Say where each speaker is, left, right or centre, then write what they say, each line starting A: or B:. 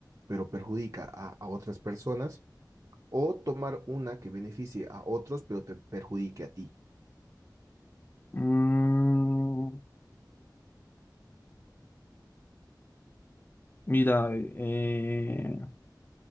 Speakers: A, on the right; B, on the left.
A: pero perjudica a, a otras personas, o tomar una que beneficie a otros, pero te perjudique a ti?
B: Mm, mira, eh,